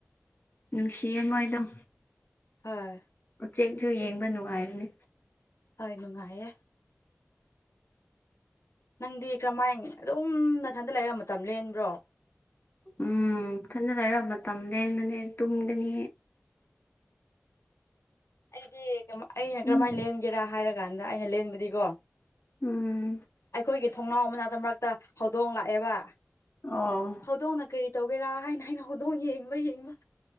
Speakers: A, on the left; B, on the left.
A: ꯅꯨꯡꯁꯤꯌꯦꯃꯣꯏꯗꯝ
B: ꯍꫭꯏ
A: ꯎꯆꯦꯛꯁꯨ ꯌꯦꯡꯕ ꯅꯨꯡꯉꯥꯏꯔꯅꯦ
B: ꯍꯣꯏ ꯅꯨꯡꯉꯥꯏꯌꯦꯦ ꯅꯪꯗꯤ ꯀꯔꯝꯍꯥꯏ ꯑꯗꯨꯝ ꯅꯊꯟꯗ ꯂꯩꯔꯛ ꯃꯇꯝ ꯂꯦꯟꯕ꯭ꯔꯣ
A: ꯎꯝ ꯊꯟꯅꯗꯔꯕ ꯃꯇꯝ ꯂꯅꯅꯦ ꯇꯨꯝꯒꯅꯤ
B: ꯑꯩꯗꯤ ꯑꯩꯅ
A: ꯎꯝ
B: ꯀꯔꯝꯍꯥꯏꯅ ꯂꯦꯟꯒꯦꯔꯥ ꯍꯥꯏꯔ ꯀꯥꯟꯗ ꯑꯩꯅ ꯂꯦꯟꯕꯗꯤꯀꯣ
A: ꯎꯝ
B: ꯑꯩꯈꯣꯏꯒꯤ ꯊꯣꯡꯅꯥꯎ ꯃꯅꯥꯛꯇ ꯃꯔꯛꯇ ꯍꯧꯗꯣꯡ ꯂꯥꯛꯑꯦꯕ
A: ꯑꯣ
B: ꯍꯧꯗꯣꯡꯅ ꯀꯔꯤ ꯇꯧꯒꯦꯔꯥ ꯍꯥꯏꯅ ꯑꯩꯅ ꯍꯧꯗꯣꯡ ꯌꯦꯡꯕ ꯌꯦꯡꯕ